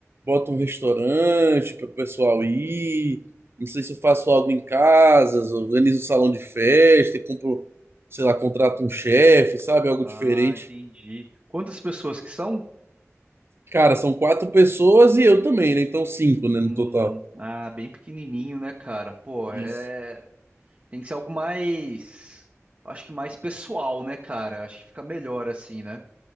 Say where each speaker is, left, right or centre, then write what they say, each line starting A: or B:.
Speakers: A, on the right; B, on the right.
A: boto um restaurante para o pessoal ir, não sei se eu faço algo em casa, organizo um salão de festa e compro, sei lá, contrato um chefe, sabe? Algo
B: Ah,
A: diferente.
B: entendi. Quantas pessoas que são?
A: Cara, são quatro pessoas e eu também, né? Então cinco, né,
B: Hum,
A: no total.
B: ah, bem pequenininho, né, cara? Pô,
A: Isso.
B: é, tem que ser algo mais, acho que mais pessoal, né, cara? Acho que fica melhor assim, né?